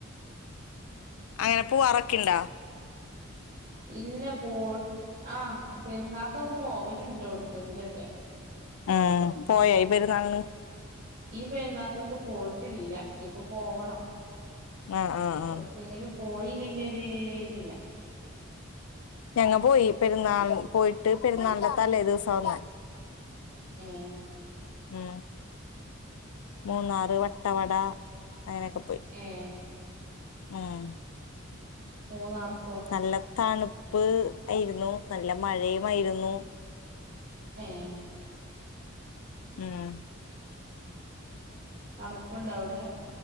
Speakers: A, on the left (about 80°); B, on the right (about 50°).
A: അയാ പൂ അറക്കിണ്ട
B: ഇല്ല പോയി ആ പെരുന്നാക്കൊക്കെ പോവലുണ്ടോ അവിടുത്തെങ്കിലുംൊക്കെ.
A: അഹ പോയോ ഈ പെരുന്നാളിന്
B: ഈ പെരുന്നാകക് പോയിട്ടില്ല ഇനിയിപ്പോ പോകണം
A: ആഹ് ആഹ് ആഹ്
B: എവിടെക്കേങ്കിലും പോയില്ലെങ്കിൽ ഒരു ഇതില്ല
A: ഞങ്ങ പോയി പെരുന്നാൾ പോയിട്ട് പെരുന്നാളിന്റെത്തല്ലേ ദിവസ വന്ന
B: ആഏ
A: ഉ മൂന്നാറ് വട്ടവട അങ്ങനെയൊക്കെ പോയി
B: ആഏ
A: ഉം
B: മൂന്നാർക്കോ
A: നല്ല തണുപ്പ് ആയിരുന്നു നല്ല മഴയുമായിരുന്നു
B: ആഏ
A: ഉം
B: തണുപ്പുണ്ട വിടെ